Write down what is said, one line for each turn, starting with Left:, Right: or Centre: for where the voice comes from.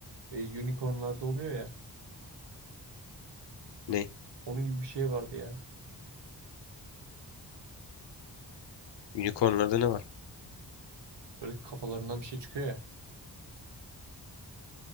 Right: E, unicornlarda oluyor ya.
Left: ne?
Right: Onun gibi bir şey vardı ya.
Left: Unicornlarda ne var?
Right: Böyle kafalarından bir şey çıkıyor ya.